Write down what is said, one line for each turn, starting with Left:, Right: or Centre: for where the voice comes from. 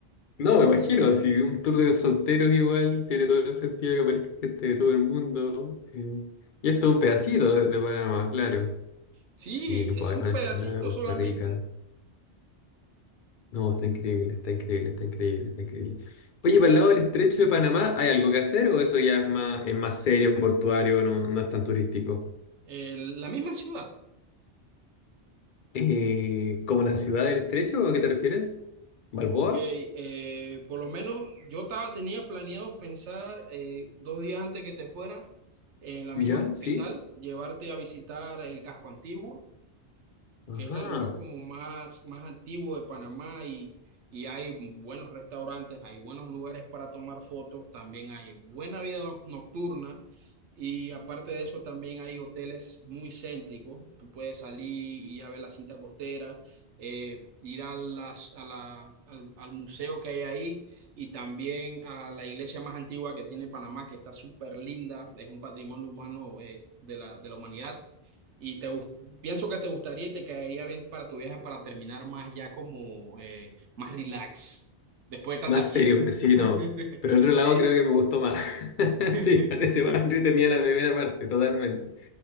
Left: No, me imagino, si un tour de solteros igual tiene todo el sentido que aparezca gente de todo el mundo. eh. Y esto es un pedacito de, de Panamá, claro.
Right: Sí,
Left: Sí, pues
Right: es
Left: ahí
Right: un
Left: van
Right: pedacito
Left: a estar la Costa
Right: solamente.
Left: Rica. No, está increíble, está increíble, está increíble, está increíble.
Right: Sí.
Left: Oye, para el lado del estrecho de Panamá, ¿hay algo que hacer o eso ya es más, es más serio, portuario, no, no es tan turístico?
Right: Eh, la misma ciudad.
Left: Eh, ¿como la ciudad del estrecho? ¿A qué te refieres? ¿Balboa?
Right: Ok, eh, por lo menos yo estaba, tenía planeado pensar eh, dos días antes que te fuera en la
Left: ¿Ya?
Right: misma capital,
Left: ¿Sí?
Right: llevarte a visitar el casco antiguo que
Left: Ajá.
Right: es el lugar como más, más antiguo de Panamá y, y hay buenos restaurantes, hay buenos lugares para tomar fotos, también hay buena vida no- nocturna y aparte de eso también hay hoteles muy céntricos, tú puedes salir y ir a ver la cinta costera, eh, ir a las, a la, al, al museo que hay ahí y también a la iglesia más antigua que tiene Panamá, que está súper linda, es un patrimonio humano eh, de la, de la humanidad. Y te gus- pienso que te gustaría y te caería bien para tu viaje para terminar más ya como eh, más relax después de tanta
Left: Más
Right: fiesta.
Left: serio, pero sí,
Right: <laughs>
Left: no. Pero el otro lado
Right: Eh,
Left: creo que me gustó más. <laughs>
Right: <laughs>
Left: Sí, parece más tenía la primera parte, totalmente.